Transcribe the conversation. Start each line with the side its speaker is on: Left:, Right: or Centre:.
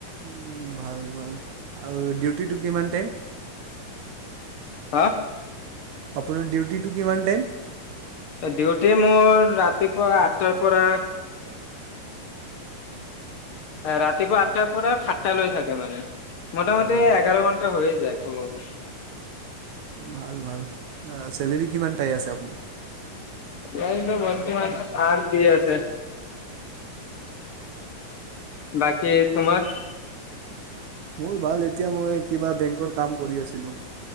Right: উ ভাল ভাল আৰু ডিউটিটো কিমান টাইম
Left: হা
Right: আপোনাৰ ডিউটিটো কিমান টাইম
Left: ডিউটি মোৰ ৰাতিপুৱা আঠটাৰ পৰা ৰাতিপুৱা আঠটাৰ পৰা সাতটা লৈ থাকে মানে মোটামুটি
Right: অ'
Left: এঘাৰ মান ত হৈ যায় ক দে
Right: ভাল ভাল চেলেৰি কিমান পাই আছে আপুনি
Left: এইটো বৰ্তমান হাত দি আছে বাকী কি তোমাৰ
Right: মোৰ ভাল এতিয়া মই কিবা বেংকৰ কাম কৰি আছিলোঁ